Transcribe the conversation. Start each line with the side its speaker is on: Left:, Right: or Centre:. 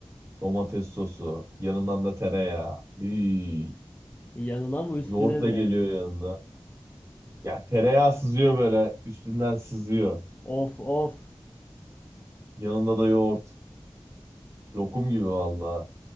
Right: Domates sosu. Yanından da tereyağı. Hii.
Left: E, Yanına mı üstüne
Right: Yoğurt
Left: mi?
Right: da geliyor yanında. Ya tereyağı sızıyor böyle. Üstünden sızıyor.
Left: Of of.
Right: Yanında da yoğurt. Lokum gibi valla.